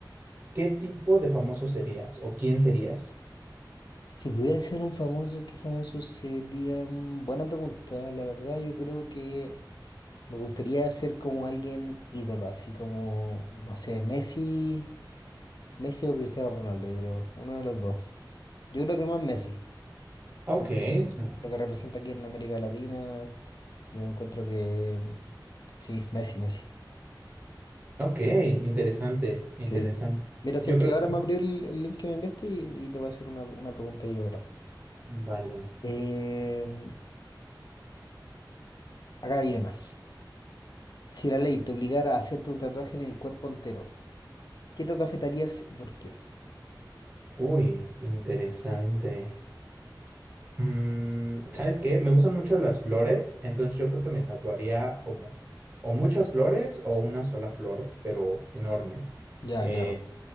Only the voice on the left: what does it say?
Si pudiera ser un famoso, ¿qué famoso sería? Mm, Buena pregunta. La verdad, yo creo que me gustaría ser como alguien ídolo, así como, no sé, Messi. Messi o Cristiano Ronaldo, yo creo. Uno de los dos. Yo creo que más Messi,
por lo que,
por lo que representa aquí en América Latina. Yo encuentro que sí, Messi, Messi.
Sí. Mira, sé
que
ahora me abrió el, el link que me enviaste y, y te voy a hacer una, una pregunta yo ahora.
Em, acá hay una. Si la ley te obligara a hacerte un tatuaje en el cuerpo entero, ¿qué tatuaje te harías y por qué?
Ya,
claro.